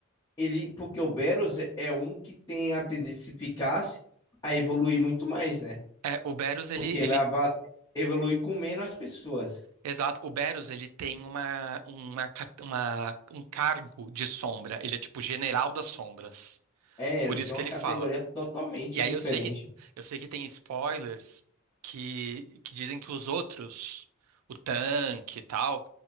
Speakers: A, on the left; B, on the right.
A: ele, porque o Beros é um que tem a tendência, se ficasse, a evoluir muito mais, né?
B: É, o Berus, ele,
A: Porque ele
B: ele,
A: ava- evolui com menos as pessoas.
B: exato, o Berus, ele tem uma, uma, ca- uma- um cargo de sombra, ele é tipo general das sombras,
A: É,
B: por
A: ele
B: isso
A: tem
B: que
A: uma
B: ele
A: categoria
B: fala.
A: totalmente
B: E aí
A: diferente.
B: eu sei que, eu sei que tem spoilers que, que dizem que os outros, o tanque e tal,